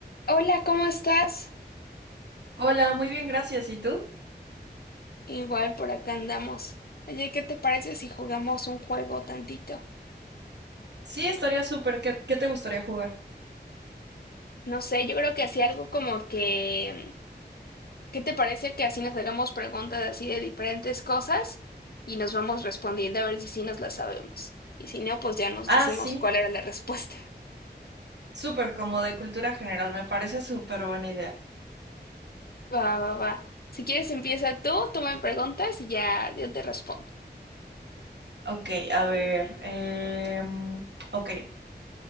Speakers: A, on the left (about 60°); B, on the right (about 80°).
A: Hola, ¿cómo estás?
B: Hola, muy bien, gracias. ¿Y tú?
A: Igual por acá andamos. Oye, ¿qué te parece si jugamos un juego tantito?
B: Sí, estaría súper. ¿Qué, qué te gustaría jugar?
A: No sé, yo creo que así algo como que, ¿qué te parece que así nos hagamos preguntas así de diferentes cosas y nos vamos respondiendo a ver si sí nos las sabemos? Y si no, pues ya nos decimos
B: Ah, sí,
A: cuál era la respuesta.
B: súper, como de cultura general. Me parece súper buena idea.
A: <laughs> Va, va, va. Si quieres empieza tú, tú me preguntas y ya yo te respondo.
B: Ok, a ver. em, ok,